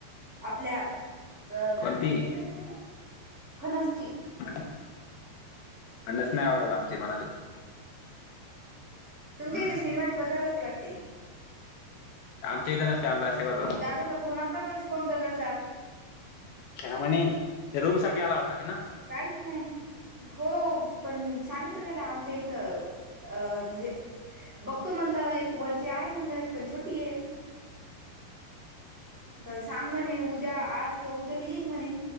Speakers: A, on the right; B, on the left.
A: आपल्या अ काय
B: कोणती
A: म्हणतात गड्या त्याला फनासची
B: म्हटलं फणस नाही आवडत आमचे कोणाले हम्म
A: तुमच्या इथे शनिवारी बाजार असते वाटते?
B: आमच्या इथं आमचा अशा गावचा
A: दादाचा फोन आलाता म शुभम दादाचा
B: काय म्हणे ते रूम साठी आला होता आहे ना?
A: काहीच नाही. हो पण सांगत होते ना आमच्या इथं अ म्हणजे बघतो म्हणलं एक वरची आहे म्हणलं एक पण छोटी आहे. तर सांग म्हणे उद्या आज किंवा उद्याला येईल म्हणे